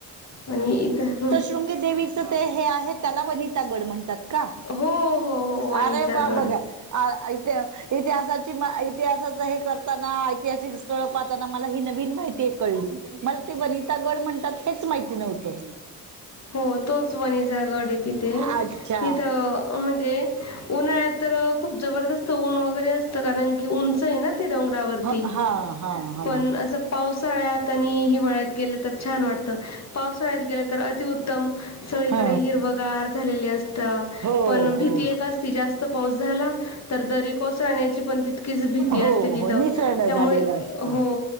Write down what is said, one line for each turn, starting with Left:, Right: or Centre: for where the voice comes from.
Left: आणि इथं
Right: शृंगी देवीच ते हे आहेत त्याला वनिता गड म्हणतात का?
Left: हो हो हो वणीचा
Right: अरे वाह
Left: गड
Right: बघा इथ इतिहासाची इतिहासाचं हे करताना ऐतिहासिक स्थळ पाहताना मला ही नवीन माहिती ते कळली मला ते वनितागड म्हणतात हेच माहिती नव्हतं
Left: हो तोच वणीचागड आहे तिथे
Right: अच्छा
Left: तिथं म्हणजे उन्हाळ्यात तर खूप जबरदस्त ऊन वगैरे असतं कारण की उंच आहे ना ते डोंगरावरती
Right: ह हा हा हा
Left: पण असं पावसाळ्यात आणि हिवाळ्यात गेलं तर छान वाटत पावसाळ्यात गेल्या तर अतिउत्तम सगळीकडे
Right: ह
Left: हिरवगार झालेली असते तर
Right: हो
Left: पण भीती
Right: हो
Left: एक असती जास्त पाऊस झाला तर दरी कोसळण्याची पण तितकीच भीती
Right: हो
Left: असते तिथं
Right: हो निसरड
Left: त्यामुळे
Right: झालेलं असत
Left: हो